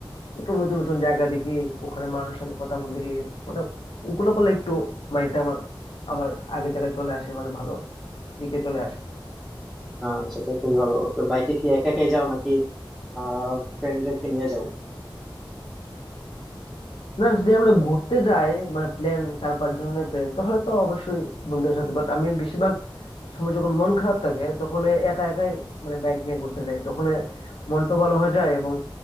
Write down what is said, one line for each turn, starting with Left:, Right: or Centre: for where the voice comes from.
Left: একটু নতুন নতুন জায়গা দেখি ওখানে মানুষের সাথে কথা বলি মানে ওগুলো করলে একটু মাইন্ডটা আমার আবার আগের জায়গায় চলে আসে মানে ভালো দিকে চলে আসে
Centre: আহ সেটা খুবই ভালো তো বাইকে কি একা একাই যাও নাকি আহ ফ্রেন্ডদেরকে নিয়ে যাও
Left: না যদি আমরা ঘুরতে যাই মানে প্ল্যান চার পাঁচ জনের প্ল্যান তাহলে তো অবশ্যই বন্ধুদের সাথে বাট আমি সময় যখন মন খারাপ থাকে তখন এ একা একাই মানে বাইক নিয়ে ঘুরতে যাই তখন এ মনটা ভালো হয়ে যায় এবং